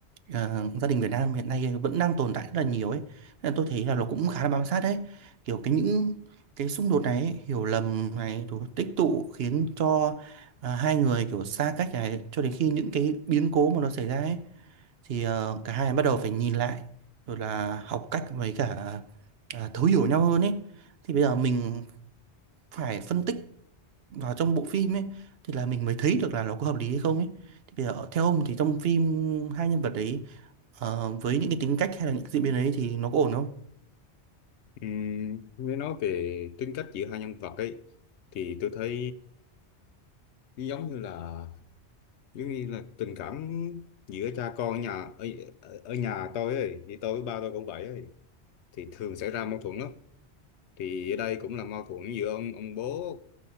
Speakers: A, on the right; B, on the left.
A: ờ, gia đình Việt Nam hiện nay vẫn đang tồn tại rất là nhiều ấy Nên tôi thấy là nó cũng khá là bám sát đấy kiểu cái những cái xung đột này ấy, hiểu lầm này rồi tích tụ khiến cho ờ, hai người kiểu xa cách này cho đến khi những cái biến cố mà nó xảy ra ấy thì ờ, cả hai bắt đầu phải nhìn lại rồi là học cách với cả ờ, thấu hiểu nhau hơn ấy thì bây giờ mình phải phân tích vào trong bộ phim ấy thì là mình mới thấy được là nó có hợp lý hay không ấy thì bây giờ theo ông thì trong phim hai nhân vật đấy ờ, với những cái tính cách hay là những diễn biến ấy thì nó có ổn không
B: Ừm, nếu nói về tính cách giữa hai nhân vật ấy thì tôi thấy giống như là giống như là tình cảm giữa cha con ở nhà ở, ở ở nhà tôi ấy thì tôi với ba tôi cũng vậy ấy thì thường xảy ra mâu thuẫn lắm thì ở đây cũng là mâu thuẫn giữa ông ông bố